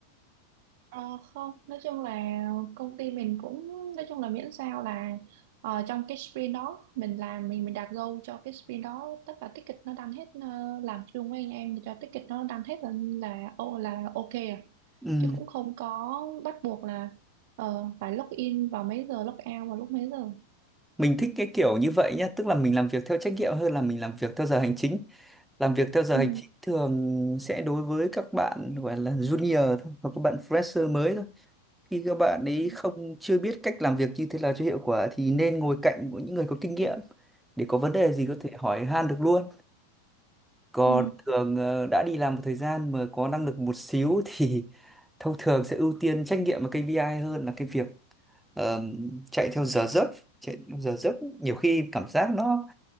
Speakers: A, on the right; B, in the centre.
A: Ờ, không nói chung là công ty mình cũng nói chung là miễn sao là ờ, trong cái sprint đó mình làm mình mình đặt goal cho cái sprint đó tất cả ticket nó đăng hết ờ, làm chung với anh em thì cho ticket nó đăng hết là là ô là ok à
B: Ừ.
A: chứ cũng không có bắt buộc là ờ, phải log in vào mấy giờ log out vào lúc mấy giờ
B: mình thích cái kiểu như vậy nhá tức là mình làm việc theo trách nhiệm hơn là mình làm việc theo giờ hành chính làm việc theo giờ
A: ừ.
B: hành chính thường sẽ đối với các bạn gọi là junior thôi hoặc các bạn fresher mới thôi khi các bạn ấy
A: Ừ.
B: không chưa biết cách làm việc như thế nào cho hiệu quả thì nên ngồi cạnh của những người có kinh nghiệm để có vấn đề gì có thể hỏi han được luôn còn
A: Ừ.
B: thường ờ, đã đi làm một thời gian mà có năng lực một xíu thì <laughs> thông thường sẽ ưu tiên trách nhiệm và KPI hơn là cái việc Ờ, chạy theo giờ giấc chạy theo giờ giấc nhiều khi cảm giác nó,